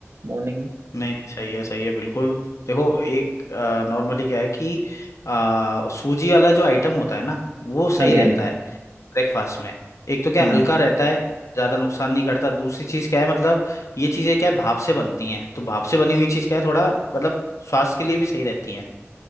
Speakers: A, on the right; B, on the left.
A: मॉर्निंग में
B: नहीं नहीं सही है सही है बिल्कुल देखो एक नॉर्मली क्या है कि आ, सूजी वाला जो आइटम होता है ना वो सही
A: हाँ जी
B: रहता
A: हाँ जी
B: है ब्रेकफास्ट में एक तो क्या
A: हम्म
B: है, हल्का रहता है ज़्यादा नुकसान नहीं करता दूसरी चीज़ क्या है मतलब ये चीज़ें क्या है भाप से बनती हैं तो भाप से बनी हुई चीज़ क्या है थोड़ा मतलब स्वास्थ्य के लिए भी सही रहती हैं